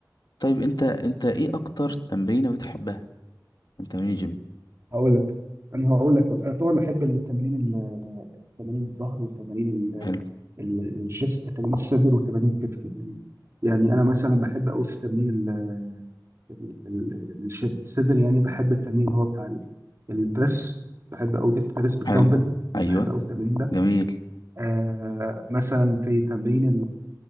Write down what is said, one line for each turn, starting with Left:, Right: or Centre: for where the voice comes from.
Left: طيب أنت أنت إيه أكتر تمرينة بتحبها من تمارين الجيم
Right: هقول لك انا هقول لك انا طبعا بحب التمارين ال- تمارين الظهر وتمارين ال-
Left: حلو
Right: ال- الجس تمارين الصدر وتمارين الكتف يعني يعني انا مثلا بحب قوي في تمرين ال- ال- ال- الش- الصدر يعني بحب التمرين هو بتاع ال- البريس بحب قوي البريس بالدمبل
Left: حلو أيوه
Right: بحب قوي التمرين ده
Left: جميل
Right: آه مثلا في تمرين